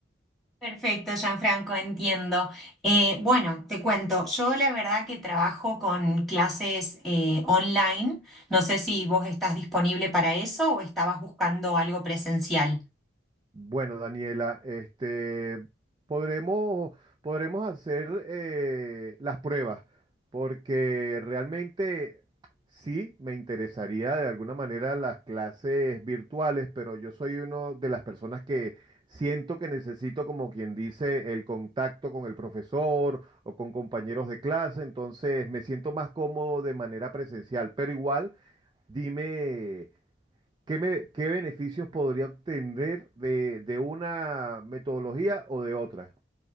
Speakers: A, in the centre; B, on the right.
A: Perfecto, Gianfranco, entiendo. Eh, bueno, te cuento, yo la verdad que trabajo con clases eh, online. No sé si vos estás disponible para eso o estabas buscando algo presencial.
B: Bueno, Daniela, este, podremos, podremos hacer eh, las pruebas, porque realmente sí me interesaría de alguna manera las clases virtuales, pero yo soy uno de las personas que siento que necesito, como quien dice, el contacto con el profesor o con compañeros de clase, entonces me siento más cómodo de manera presencial, pero igual, dime. ¿Qué, me- qué beneficios podría obtener de, de una metodología o de otra?